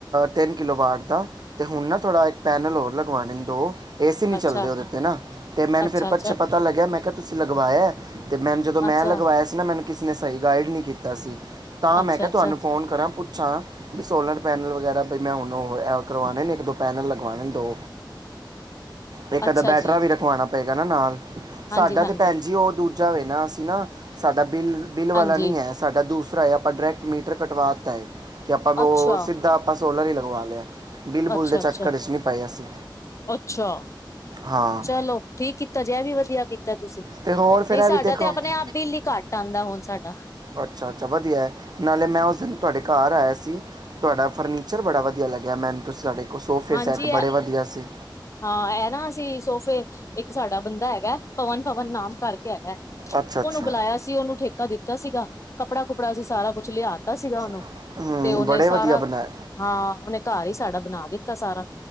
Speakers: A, on the right; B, on the left.
A: ਤਿੰਨ ਕਿੱਲੋ ਵਾਟ ਦਾ, ਤੇ ਹੁਣ ਨਾ ਥੋੜ੍ਹਾ ਇੱਕ ਪੈਨਲ, ਹੋਰ, ਲਗਵਾਉਣੇ ਨੇ ਦੋ ਏਸੀ ਨਹੀਂ
B: ਅੱਛਾ,
A: ਚੱਲਦੇ, ਉਹਦੇ ਤੇ ਨਾ, ਤੇ ਮੈਨੂੰ
B: ਅੱਛਾ,
A: ਫਿਰ ਪਛ
B: ਅੱਛਾ,
A: ਪ ਪਤਾ ਲੱਗਿਆ ਮੈਂ ਕਿਹਾ, ਤੁਸੀਂ ਲਗਵਾਇਆ ਤੇ ਮੈਨੂੰ ਜਦੋਂ ਮੈਂ,
B: ਅੱਛਾ,
A: ਲਗਵਾਇਆ ਸੀ ਨਾ ਮੈਨੂੰ ਕਿਸੇ ਨੇ ਸਹੀ, ਗਾਈਡ ਨਹੀਂ ਕੀਤਾ ਸੀ। ਤਾਂ ਮੈਂ
B: ਅੱਛਾ,
A: ਕਿਹਾ,
B: ਅੱਛਾ,
A: ਤੁਹਾਨੂੰ ਫ਼ੋਨ ਕਰਾਂ ਪੁ ਪੁੱਛਾਂ, ਵੀ ਸੋਲਰ ਪੈਨਲ ਵਗੈਰਾ ਵੀ ਮੈਂ ਹੁਣ, ਕਰਵਾਉਣੇ ਨੇ, ਇੱਕ -ਦੋ ਪੈਨਲ ਲਗਵਾਉਣੇ ਨੇ ਦੋ ਇੱਕ
B: ਅੱਛਾ
A: -ਅੱਧਾ ਬੈਟਰਾ
B: ਜੀ
A: ਵੀ, ਰਖਵਾਉਣਾ ਪਏਗਾ, ਨਾ ਨਾਲ
B: ਹਾਂਜੀ,
A: ਸਾਡਾ
B: ਹਾਂਜੀ।
A: ਤੇ ਭੈਣ ਜੀ, ਉਹ ਦੂਜਾ ਵੇ ਨਾ ਅਸੀਂ ਨਾ, ਸਾਡਾ ਬਿੱਲ- ਬਿੱਲ ਵਾਲਾ
B: ਹਾਂਜੀ,
A: ਨਈ ਹੈ ਸਾਡਾ ਦੂਸਰਾ ਏ, ਆਪਾਂ ਡਾਇਰੈਕਟ ਮੀਟਰ, ਕਟਵਾ ਤਾ ਏ ਕਿ ਆਪਾਂ ਉਹ,
B: ਅੱਛਾ,
A: ਸਿੱਧਾ ਆਪਾਂ ਸੋਲਰ ਹੀ ਲਗਵਾ ਲਿਆ, ਬਿਲ -ਬੁਲ
B: ਅੱਛਾ,
A: ਦੇ ਚਕਰ
B: ਅੱਛਾ,
A: ਚ ਨਹੀਂ ਪਏ ਅਸੀਂ
B: ਅੱਛਾ,
A: ਹਾਂ
B: ਚਲੋ ਠੀਕ ਕੀਤਾ ਜੇ, ਐ ਵੀ ਵਧੀਆ ਕੀਤਾ ਤੁਸੀਂ
A: ਤੇ ਹੋਰ ਫਿਰ
B: ਨਹੀਂ
A: ਇਹ
B: ਸਾਡਾ
A: ਵੀ ਦੇਖੋ
B: ਤੇ,
A: ਮੇਰਾ
B: ਆਪਣੇ ਆਪ ਬਿੱਲ ਹੀ ਘੱਟ, ਆਦਾ ਹੁਣ ਸਾਡਾ
A: ਅੱਛਾ -ਅੱਛਾ ਵਧੀਆ ਏ, ਨਾਲੇ ਮੈਂ ਉਸ ਦਿਨ ਤੁਹਾਡੇ ਘਰ ਆਇਆ ਸੀ, ਤੁਹਾਡਾ ਫਰਨੀ ਪਿਕਚਰ ਬੜਾ, ਵਧੀਆ ਲੱਗਿਆ ਮੈਨੂੰ, ਤੁਹਾਡੇ ਕੋਲ ਸੋਫੇ
B: ਹਾਂਜੀ
A: -ਸੈਟ
B: ਇਹ
A: ਬੜੇ ਵਧੀਆ ਸੀ।
B: ਹਾਂ, ਇਹ ਨਾ ਅਸੀਂ ਸੋਫੇ, ਇੱਕ ਸਾਡਾ ਬੰਦਾ ਹੈਗਾ ਪਵਨ -ਪਵਨ ਨਾਮ ਕਰਕੇ ਹੈਗਾ
A: ਅੱਛਾ
B: ਉਹਨੂੰ
A: ਅੱਛਾ
B: ਬੁਲਾਇਆ ਸੀ। ਉਹ ਨੂੰ ਠੇਕਾ ਦਿੱਤਾ ਸੀਗਾ, ਕੱਪੜਾ -ਕੁਪੜਾ ਸੀ ਸਾਰਾ ਕੁਛ ਚ ਲਿਆਤਾ ਸੀਗਾ ਉਹਨੂੰ,
A: ਉਹਨਾਂ
B: ਤੇ
A: ਹਮ
B: ਉਹਨੇ
A: ਬੜੇ
B: ਸਾਰਾ
A: ਵਧੀਆ ਬਣਾਏ
B: ਹਾਂ, ਉਹਨੇ ਘਰ ਹੀ, ਸਾਡਾ ਬਣਾ ਦਿੱਤਾ ਸਾਰਾ